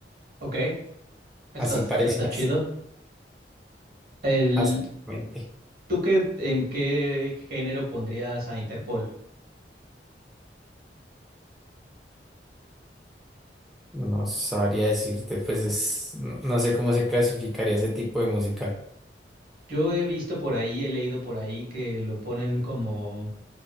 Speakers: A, on the right; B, in the centre.
A: ok, está,
B: así parecidas.
A: está chido. El,
B: Exactamente.
A: ¿tú qué, en qué género pondrías a Interpol?
B: No sabría decirte, pues es, no, no sé cómo se clasificaría ese tipo de música.
A: Yo he visto por ahí, he leído por ahí que lo ponen como,